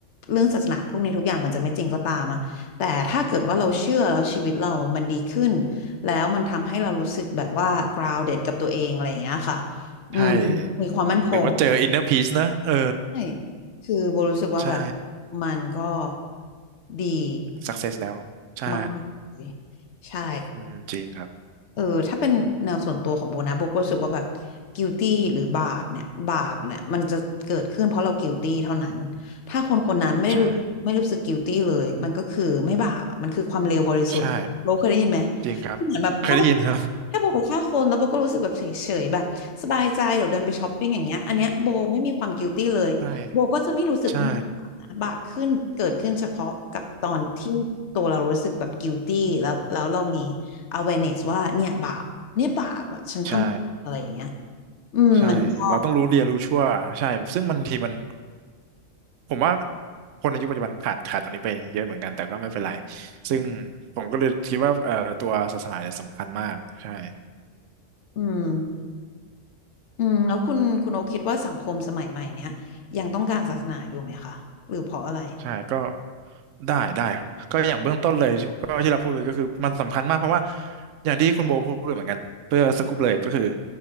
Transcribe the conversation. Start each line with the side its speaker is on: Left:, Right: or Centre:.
Left: เรื่องศาสนาพวกนี้ทุกอย่างมันจะไม่จริงก็ตามอะแต่ถ้าเกิดว่าเราเชื่อแล้วชีวิตเรามันดีขึ้นแล้วมันทำให้เรารู้สึกแบบว่า grounded กับตัวเองอะไรอย่างเงี้ยค่ะอืม
Right: ใช่
Left: มีความมั่นคง
Right: หรือว่าเจออินเนอร์พีซนะเออ
Left: ใช่คือโบรู้สึกว่าแบบ
Right: ใช่
Left: มันก็ดี
Right: สักเซสแล้วใช่
Left: มากๆเลยใช่
Right: อืมจริงครับ
Left: เออถ้าเป็นแนวส่วนตัวของโบนะโบก็รู้สึกว่าแบบ guilty หรือบาปเนี่ยบาปเนี่ยมันจะเกิดขึ้นเพราะเรา guilty เท่านั้นถ้าคนคนนั้นไม่ได้รู้ไม่รู้สึก
Right: ใช่
Left: guilty เลยมันก็คือไม่บาปอ่ะมันคือความเลวบริสุทธิ์อะโบเคยได้ยินไหม
Right: ใช่จริงครับเคยได้ยินครับ
Left: ที่เหมือนแบบถ้าโบถ้าโบไปฆ่าคนแล้วโบก็รู้สึกแบบเฉยๆแบบสบายใจเดี๋ยวเดินไปช้อปปิ้งอย่างเงี้ยอันเนี้ยโบไม่มีความ guilty เลยโบก็จะไม่รู้สึกว่ามันบาปนะบาปขึ้นเกิดขึ้นเฉพาะกับตอนที่ตัวเรารู้สึกแบบ
Right: ใช่ใช่
Left: guilty แล้วแล้วเรามี awareness ว่าเนี่ยบาปเนี่ยบาปอะฉันทำอะไรอย่างเงี้ย
Right: ใช่
Left: อืมมันก็
Right: ใช่เราต้องรู้เรียนรู้ชั่วใช่ซึ่งบางทีมัน ผมว่าคนในยุคปัจจุบันขาดขาดตรงนี้ไปเยอะเหมือนกันแต่ก็ไม่เป็นไรซึ่งผมก็เลยคิดว่าเอ่อตัวศาสนาเนี่ยสำคัญมากใช่
Left: อืมอืมแล้วคุณคุณโอคิดว่าสังคมสมัยใหม่เนี้ยยังต้องการศาสนาอยู่ไหมคะหรือเพราะอะไร
Right: ใช่ก็ได้ได้ครับก็อย่างเบื้องต้นเลยที่ก็ที่เราพูดเลยก็คือมันสำคัญมากเพราะว่าอย่างที่คุณโบพูดเลยเหมือนกันเพื่อสรุปเลยก็คือ